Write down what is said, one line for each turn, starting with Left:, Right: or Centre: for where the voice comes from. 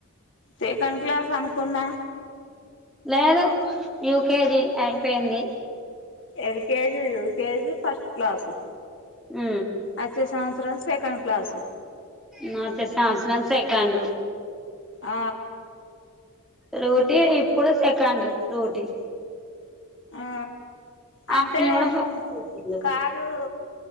Left: సెకండ్ క్లాస్ అనుకున్నా
Centre: లేదు యూ కే జీ అయిపొయింది
Left: L K G U K G first class
Centre: ఊ
Left: అచ్చే సంవత్సరం సెకండ్ క్లాసు
Centre: నచ్చే సంవత్సరం సెకెండు
Left: ఆ
Centre: రోటీ ఇప్పుడు సెకండ్ రోటీ
Left: ఆ అంటే
Centre: ఆపిల్ని కూడా ఫస్ట్
Left: ము
Centre: చేసిండు
Left: కాదూ